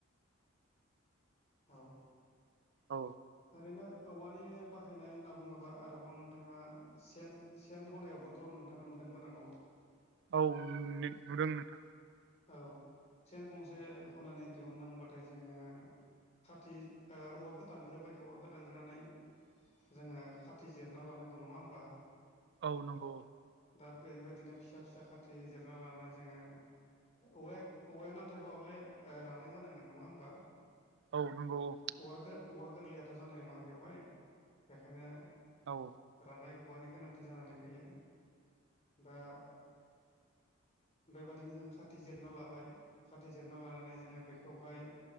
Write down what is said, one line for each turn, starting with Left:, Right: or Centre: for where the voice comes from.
Left: औ
Right: औ
Left: ओरैनो औवानि बाहायनाय होनना बुङोबा आरोबाव नोंथाङा ओ सेन सेन हनायावबोथ' नोंथाङा नुदों जानांगौ
Right: औ ने नुदों नोंथां।
Left: औ सेन गंसे हनानै दिहुननांबाथाय जोंङो खाथि ओ औवाखौ दानग्रोबाय औवाखौ दानग्रोनानै जोंङो खाथि जिरना लानांगौ नङा होमबा?
Right: औ नंगौ।
Left: दा बेबायदिनो फिसा फिसा खाारथि जिरना लानानै जोंङो औवाया औवाया नाथायबा हले रानाय जानांगोन नङा होमबा?
Right: औ नोंगौ औ
Left: औवा औवा गोरलैयाथ' जानाय नङा बेवहाय बेखायनो
Right: औ
Left: रानाय औवानि गोनांथि जानानै फैयो दा बेबादिनो जों खाथि जिरना लाबाय खाथि जिरना लानानै जोंङो बेखौहाय